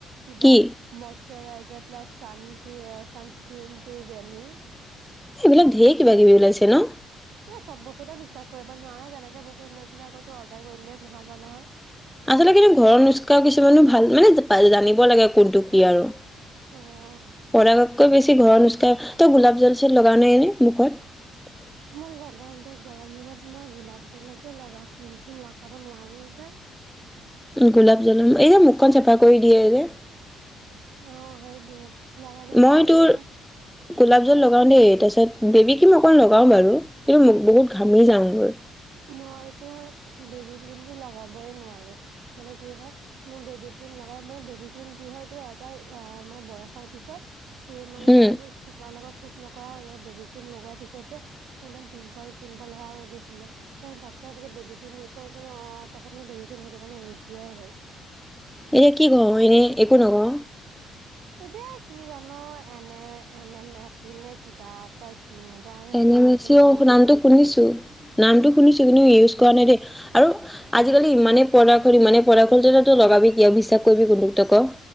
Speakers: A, on the right; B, in the centre.
A: কিবা
B: কি
A: মচ এৰাইজাৰ প্লাছ চান ছানস্ক্ৰিনটো ৰেনিৰ।
B: এইবিলাক ঢেৰ কিবা কিবি ওলাইছে ন'?
A: এ চব বস্তুতে বিশ্বাস কৰিব নোৱাৰো, তেনেকে বস্তু লৈ পেলাই আকৌ অৰ্ডাৰ কৰিলেই নহ'ব নহয়।
B: আচলতে কিন্তু ঘৰৰ নোচকাও কিছুমানো ভাল মানে জানিব লাগে কোনটো কি আৰু।
A: অ'।
B: প্ৰডাক্টতকৈ বেছি ঘৰৰ নুস্কাৰ, তই গোলাপ জল চল লগাওঁ ন' এনে মুখত?
A: মই লগাও দেই গৰম দিনত মই গোলাপ জলকে লগাও, ক্ৰীম চিম লগাব নোৱাৰো যে।
B: গোলাপ জল, এই যে মুখখন চাফা কৰি দিয়ে যে।
A: অ' সেইটোৱে। লগাব নোৱাৰো
B: মই তোৰ,
A: যে
B: গোলাপ জল লগাও দেই তাৰপিছত বেবী ক্ৰীম অকণ লগাও বাৰু কিন্তু বহুত ঘামি যাওঁগৈ।
A: মই তোৰ বেবী ক্ৰীমতো লগাবয় নোৱাৰো মানে কি হয় মোৰ বেবী ক্ৰীম লগাই, বেবী ক্ৰীম কি হয় তোৰ এটাই মানে বয়সৰ পিছত তোৰ মানে
B: উম
A: স্কিনৰ লগত শ্বুট নকৰা হ'ল বেবী ক্ৰীম লগোৱাৰ পিছতে, মোৰ একদম পিম্পল চিম্পল সেয়া হৈ গৈছিলে। তাৰ বাপ্পাক যে বেবিটোৰ নিচিনা হৈছে যে অ' তাৰপিছত মই বেবিতুৰ কাৰনে এৰি দিব লগা হ'ল।
B: এনে কি ঘঁহ, এনে একো নঘঁহ?
A: এতিয়া কি জান' এনে এনে এম এফ নে কিবা এটা ক্ৰীম এটা সেইটো
B: এনেমিছো
A: চাৰিশ কিমান টকা
B: নামটো শুনিছো, নামটো শুনিছো কিন্তু ইউজ কৰা নাই দেই। আৰু আজিকালি ইমানেই প্ৰডাক্ট হ'ল, ইমানেই প্ৰডাক্ট হ'ল তেতিয়াতো লগাবি কিয়, বিশ্বাস কৰিবি কোনতোক তই ক?